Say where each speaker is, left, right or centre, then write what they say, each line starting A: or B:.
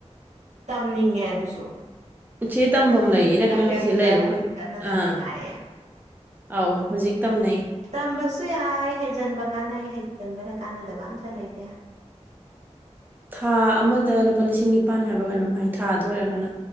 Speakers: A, on the right; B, on the right.
A: ꯇꯝꯅꯤꯡꯉꯦ ꯑꯗꯨꯁꯨ
B: ꯎꯆꯦ ꯇꯝꯕꯝ ꯂꯩ ꯏꯅꯛ
A: ꯂꯝꯐꯦꯜꯒꯤꯗ
B: ꯅꯛꯅ ꯁꯤ ꯂꯩꯔꯦ
A: ꯍꯧꯖꯤꯛ ꯀꯟꯅ
B: <unintelligible>
A: ꯇꯝꯃꯤ
B: ꯑ
A: ꯍꯥꯏꯌꯦ
B: ꯑꯥꯎ ꯍꯧꯖꯤꯛ ꯇꯝꯅꯩ
A: ꯇꯝꯕꯁꯨ ꯌꯥꯏ ꯍꯩꯖꯤꯟꯕ ꯀꯥꯟꯅꯩ ꯍꯩꯖꯤꯟꯕꯗ ꯀꯥꯟꯅꯗꯕ ꯑꯝꯇ ꯂꯩꯇꯦ
B: ꯊꯥ ꯑꯃꯗ ꯂꯨꯄꯥ ꯂꯤꯁꯤꯡ ꯅꯤꯄꯥꯟ ꯍꯥꯏꯕ꯭ꯔ ꯀꯩꯅꯣꯝ ꯍꯥꯏ ꯊꯥꯗ ꯑꯣꯏꯔꯒꯅ